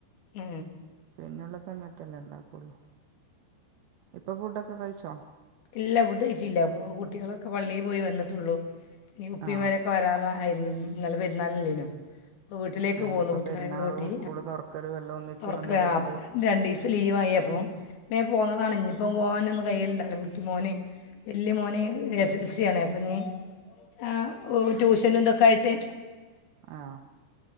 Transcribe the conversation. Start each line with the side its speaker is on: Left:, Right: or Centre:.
Left: മ്
Right: ഇങ്ങള്ള സമയത്തല്ലേ ഇണ്ടാക്കുള്ളൂ, ഇപ്പൊ ഫുഡൊക്കെ കഴിച്ചോ?
Left: ഇല്ല ഫുഡ് കഴിച്ചില്ല, വ് കുട്ടികളൊക്കെ പള്ളിൽ പോയി വന്നിട്ടുള്ളു. ഈ ഉപ്പിമാരൊക്കെ
Right: ആ
Left: വരാറായി നല്ല പെരുന്നാളല്ലേനോ? പ്പ വീട്ടിലേക്ക്
Right: ആ
Left: പോകുന്നു
Right: ഇപ്പോൾ
Left: കുട്ടികളെയൊക്കെ
Right: പെരുന്നാളും
Left: കൂട്ടി,
Right: സ്കൂൾ തുറക്കലും എല്ലാം ഒന്നിച്ച്
Left: പ്പ അവർക്ക്
Right: വന്നതുകൊണ്ട്
Left: ആ രണ്ടിവസം ലീവായി അപ്പം മേം പോന്നതാണ്. ഇഞ് ഇപ്പം പോകാനൊന്നും കയ്യലുണ്ടാവൂല്ല. മോന് വല്യ മോന് എസ് എൽ സിയാണ്. അപ്പഞ് ആ ട്യൂഷനും ഇതൊക്കെ ആയിട്ട്
Right: ആ